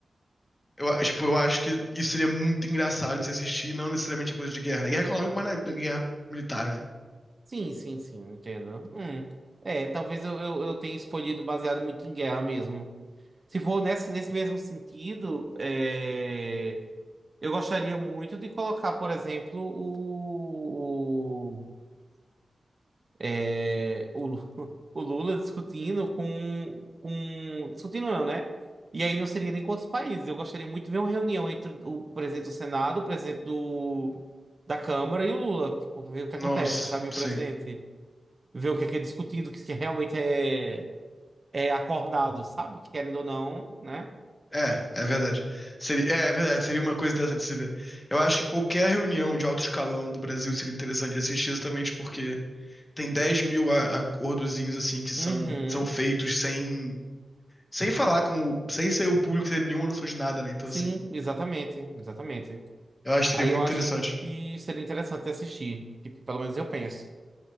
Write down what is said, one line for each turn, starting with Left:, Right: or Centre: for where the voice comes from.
Left: Eu, tipo, eu acho que isso seria muito engraçado de se assistir, não necessariamente a coisa de guerra. né guerra econômica, mas na guerra militar, né?
Right: Sim, sim, sim, entendo. Hum. É, talvez eu, eu, eu tenha escolhido baseado muito em guerra mesmo. Se for nesse, nesse mesmo sentido, é, eu gostaria muito de colocar, por exemplo, o, o, é, o, Lu- <laughs> o Lula discutindo com, com. Discutindo não, né? E aí não seria nem com outros países. Eu gostaria muito de ver uma reunião entre o presidente do Senado, o presidente do, da Câmara e o Lula. Tipo, ver o que
Left: Nossa,
Right: acontece, sabe? O
Left: sim.
Right: presidente ver o que é, que é discutido, o que realmente é, é acordado, sabe? Querendo ou não, né?
Left: É, é verdade. Seria, é, é verdade, seria uma coisa interessante de se ver. Eu acho que qualquer reunião de alto escalão do Brasil seria interessante de assistir exatamente porque tem dez mil a- acordozinhos assim que são,
Right: Uhum.
Left: são feitos sem, sem falar com o, sem ser o público ter nenhuma noção de nada, né? Então,
Right: Sim,
Left: assim,
Right: exatamente, exatamente.
Left: eu acho que seria
Right: Aí
Left: muito
Right: eu acho
Left: interessante.
Right: que seria interessante assistir, tipo, pelo menos eu penso.